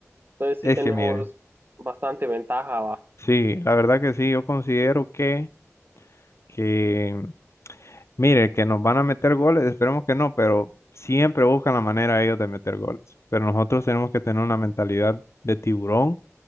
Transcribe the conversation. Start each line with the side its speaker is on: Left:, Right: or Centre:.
Right: Entonces sí
Left: Es
Right: tenemos
Left: que mire,
Right: bastante ventaja, va.
Left: sí, la verdad que sí, yo considero que, que Mire, que nos van a meter goles, esperemos que no, pero siempre buscan la manera ellos de meter goles. Pero nosotros tenemos que tener una mentalidad de tiburón